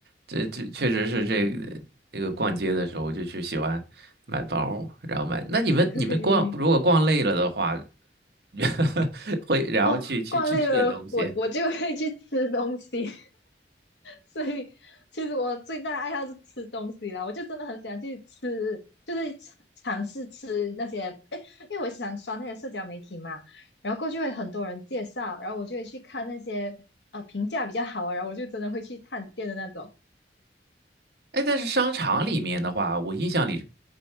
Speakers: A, on the right; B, on the left.
A: 这这确实是这个这个逛街的时候就去喜欢买包，
B: 对
A: 然后买。那你们你们逛如果逛累了的话，
B: 对，
A: <laughs> 会，然后去去去吃点东西。
B: 哦，逛累了，我我就会去吃东西。所以其实我最大的爱好是吃东西啦，我就真的很喜欢去吃，就是尝尝试吃那些，哎，因为我想刷那些社交媒体嘛，然后过去会很多人介绍，然后我就会去看那些呃评价比较好啊，然后我就真的会去探店的那种。
A: 哎，但是商场里面的话，我印象里，